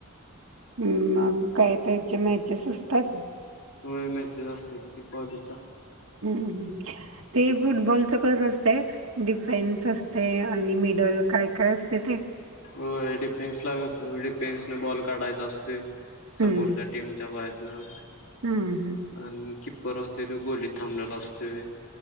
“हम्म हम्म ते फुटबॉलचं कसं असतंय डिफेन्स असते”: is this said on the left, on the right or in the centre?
Right